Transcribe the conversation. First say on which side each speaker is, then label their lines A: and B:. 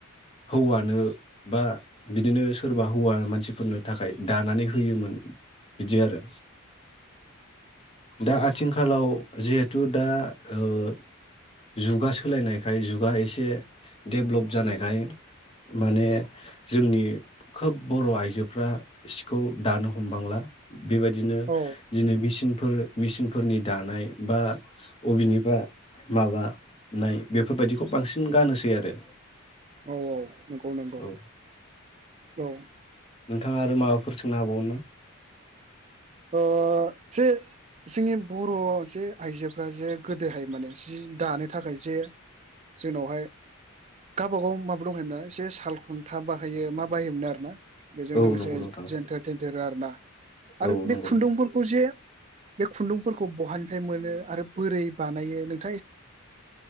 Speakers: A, on the left; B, on the right.
A: हौवानो बा बिदिनो सोरबा हौवा मानसिफोरनो थाखाय दानानै होयोमोन। बिदि आरो दा आथि <unintelligible> खालाव जिहेथु दा ओ जुगा सोलायनाय <unintelligible> जुगा एसे डेभलप जानायखाय माने जोंनि खोब बर' आइजोफ्रा सिखौ दानो हमबांला बेबायदिनो
B: औ
A: दिनै बेसिन फोर मेचिनफोरनि दानाय बा अबेनिबा माबानाय बेफोरबायदिखौ बांसिन गानोसै आरो।
B: औ औ नंगौ नंगौ
A: औ
B: औ
A: नोंथाङा आरो माबाफोर सोंनो हाबावोन ना
B: अ जे जोंनि बर जे आइजोफ्रा जे गोदोहाय माने जि दानो थाखाय जे जोंनावहाय गाबागाव माबा दंखायोमोन ना एसे साल खुन्था बाहायो मा बाहायोमोन आरो ना बेजों
A: औ
B: लोगोसे
A: नंगौ नोंथां
B: जेनथेर थेनथेरो आरो ना।
A: औ
B: आरो बे
A: नंगौ
B: खुन्दुंफोरखौ
A: नंगौ
B: जे बे खुन्दुंफोरखौ बहानिफ्राय मोनो आरो बोरै बानायो नों